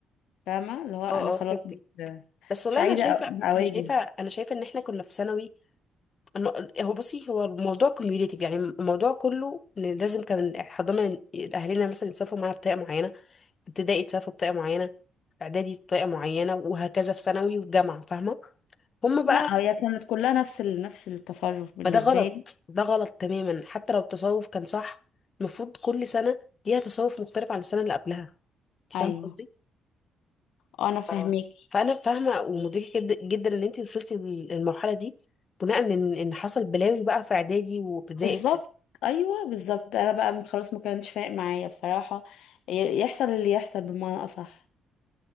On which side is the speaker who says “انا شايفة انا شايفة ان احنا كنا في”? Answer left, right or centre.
Left